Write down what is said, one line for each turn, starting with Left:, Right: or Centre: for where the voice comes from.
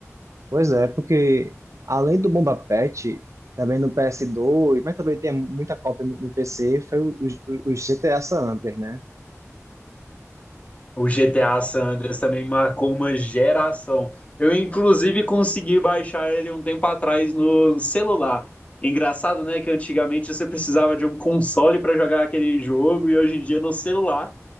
Right: Pois é, porque além do Bomba Patch, também no ps dois mas também tem muita cópia no no PC, foi os, os GTA San Andreas, né?
Left: O GTA San Andreas também marcou uma geração. Eu, inclusive, consegui baixar ele um tempo atrás no celular. Engraçado, né, que antigamente você precisava de um console para jogar aquele jogo e hoje em dia no celular